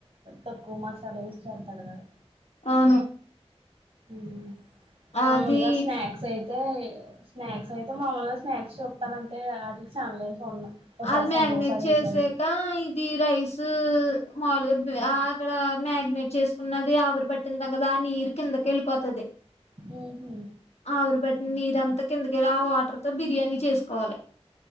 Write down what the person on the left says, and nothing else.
అవును
అది
అది మ్యారినేట్
చేసాక
ఇది రైస్ మాములుగా అక్కడ మ్యాగినేట్ చేసుకున్నది ఆవిరి పట్టిందాం కదా ఆ నీరు కిందకి వెళ్ళిపోతుది
ఆవిరి పట్టిన నీరు ఇదంతా కిందకి ఇలా ఆ వాటర్ తో బిర్యానీ చేసుకోవాలి